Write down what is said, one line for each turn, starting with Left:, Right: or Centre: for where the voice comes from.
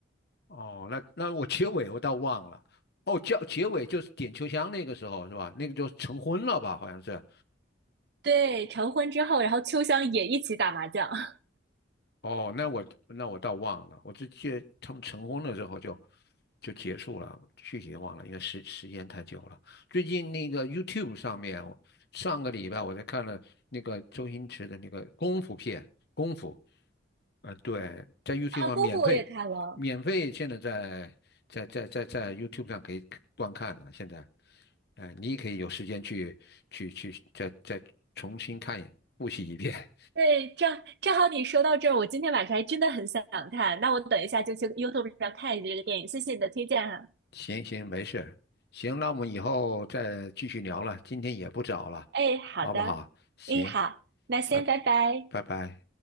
Left: 哦，那那我结尾我倒忘了。哦，叫结尾就是点秋香那个时候是吧？那个就成婚了吧？好像是，
Right: 对，成婚之后，然后秋香也一起打麻将 <laughs>
Left: 哦，那我那我倒忘了，我只记得他们成婚了之后就就结束了，具体忘了，因为时时间太久了。最近那个 YouTube 上面，我上个礼拜我在看了那个周星驰的那个功夫片，功夫，呃，对，在 YouTube
Right: 啊，
Left: 上免费，
Right: 功夫我也看了。
Left: 免费现在在在在在在 YouTube 上可以观看了。现在，哎、你也可以有时间去去去再再重新看一复习一遍。
Right: 对，正正好你说到这儿，我今天晚上还真的很想看，那我等一下就去 YouTube 上看一下这个电影，谢谢你的推荐哈。
Left: 行行，没事，行，那我们以后再继续聊了，今天也不早了，
Right: 哎，好的，
Left: 好不好？行，
Right: 哎，好，那先拜拜。
Left: 拜拜拜。